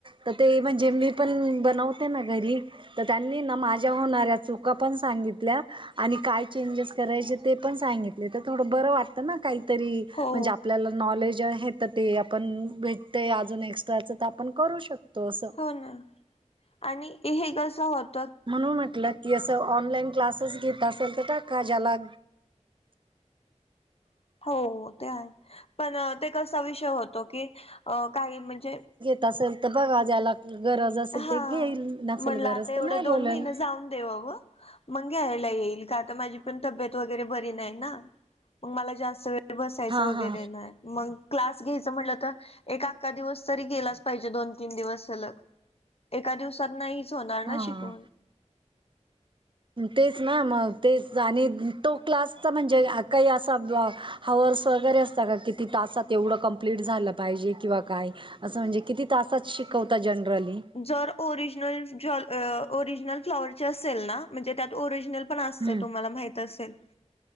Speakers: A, on the right (about 45°); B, on the left (about 55°).
A: तर ते म्हणजे मी पण बनवते ना घरी, तर त्यांनी ना माझ्या होणाऱ्या चू का पण सांगितल्या आणि काय चेंजेस करायचे ते पण सांगितले तर थोडं बर वाटतं ना काहीतरी
B: हो
A: म्हणजे आपल्याला नॉलेज आहे तर ते आपण भेटतय, अजून एक्स्ट्राचं तर आपण करू शकतो असं.
B: हो ना आणि हे कसं होत
A: म्हणून म्हटलं की असं ऑनलाईन क्लासेस घेत असेल तर टाका, ज्याला
B: हो, ते आहे पण ते कसा विषय होतो की, अ काही म्हणजे
A: त असेल तर बघा, ज्याला गरज असेल
B: हा
A: ते घेईल, नसेल
B: म्हणलं
A: गरज
B: आता एवढं
A: तर नाही
B: दोन
A: बोलल
B: महिने जाऊन देवावं मग घ्यायला येईल, का त माझी पण तब्येत वगैरे बरी नाही ना, मग मला जास्त वेळ बसायच
A: हा
B: वगैरे
A: हा
B: नाही मग क्लास घ्यायचं म्हटलं, तर एक अखा दिवस तरी गेलाच पाहिजे, दोन-तीन दिवस सलग एका दिवसात नाहीच होणार ना
A: हा
B: शिकून?
A: तेच ना मग तेच आणि तो क्लासचा म्हणजे काही असा हावर्स वगैरे असता का, किती तासात एवढं पूर्ण झालं पाहिजे किंवा काय? असं म्हणजे किती तासात शिकवता जनरली?
B: जर ओरिजनल जल ओरिजनल फ्लॉवरचे असेल ना? म्हणजे त्यात ओरिजनल पण असत
A: हम्म.
B: तुम्हाला माहित असेल